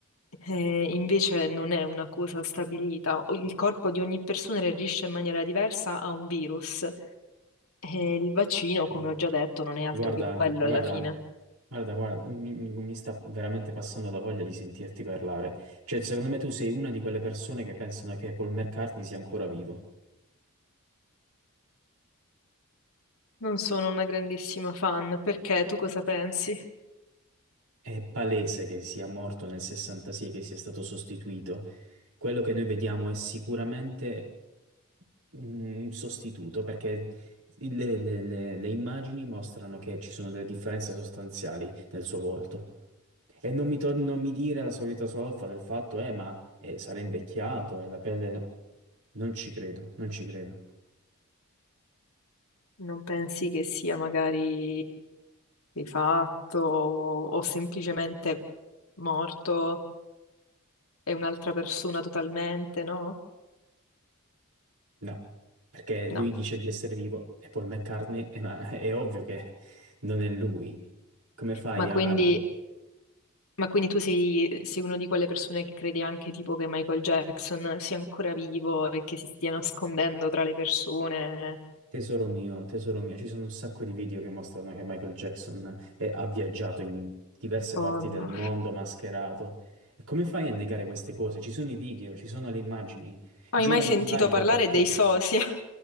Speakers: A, on the left; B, on the right.
A: Eh, invece non è una cosa stabilita. O- Il corpo di ogni persona reagisce in maniera diversa a un virus e il vaccino, come
B: Mm.
A: ho già detto, non è altro
B: Guarda,
A: che quello
B: guarda,
A: alla fine.
B: guarda, guarda, mi, mi sta veramente passando la voglia di sentirti parlare. Cioè, secondo me tu sei una di quelle persone che pensano che Paul McCartney sia ancora vivo.
A: Non sono una grandissima fan, perché tu cosa pensi?
B: È palese che sia morto nel 66 e che sia stato sostituito. Quello che noi vediamo è sicuramente un sostituto perché il- le, le- le- le immagini mostrano che ci sono delle differenze sostanziali nel suo volto. E non mi, tor- non mi dire la solita solfa del fatto, eh, ma eh, sarà invecchiato e la pelle... no". Non ci credo, non ci credo.
A: Non pensi che sia magari rifatto o o semplicemente morto e un'altra persona totalmente, no?
B: No, perché
A: No.
B: lui dice di essere vivo e Paul McCartney, eh, ma <laughs> è ovvio che non è lui. Come fai
A: Ma quindi,
B: a, a-
A: ma quindi tu sei, sei una di quelle persone che crede anche tipo che Michael Jackson sia ancora vivo e che si stia nascondendo tra le persone?
B: Tesoro mio, tesoro mio, ci sono un sacco di video che mostrano che Michael Jackson è- ha viaggiato in diverse parti
A: Oh no.
B: del mondo mascherato. E come fai a negare queste cose? Ci sono i video, ci sono le immagini,
A: Hai
B: girano
A: mai sentito
B: online
A: parlare
B: dappertutto.
A: dei SOSI?